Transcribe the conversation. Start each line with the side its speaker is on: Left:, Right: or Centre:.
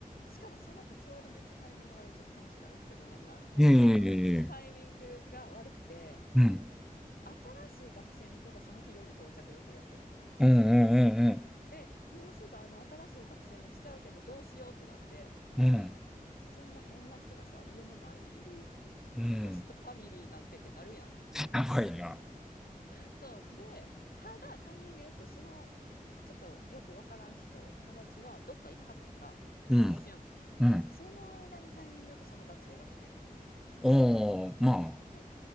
Left: しかもその日ちょうどめっちゃタイミング悪い。ちょっと話長くてごめんな。なんかそのタイミングが悪くて、
Centre: いえいえいえいえ。うん、
Left: 新しい学生の子がその日夜到着予定やってん。
Centre: うん、うん、うん、
Left: で、もうすぐあの新しい学生も来ちゃうけどどうしようってなって、
Centre: うん、うん、
Left: そんな変な人がさ、家の前にいる
Centre: うん
Left: ホストファミリーなんてってなるやん。
Centre: やばいな。
Left: そう。で、ただタイミングよくその、ちょっとよくわからん人、友達はどっか行かはってんか一瞬。
Centre: うん。うん。
Left: その間にタイミングよくその学生が来てん。
Centre: おー、まあ。
Left: で、